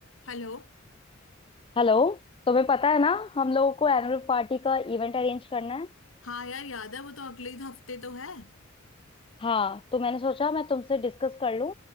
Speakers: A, on the left; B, on the left.
A: Hello
B: Hello तुम्हें पता है ना हम लोगों को एनुअल पार्टी का इवेंट अरेंज करना है
A: हाँ यार याद है वो तो अगले ही तो हफ्ते तो है
B: हाँ तो मैंने सोचा मैं तुमसे डिस्कस कर लूं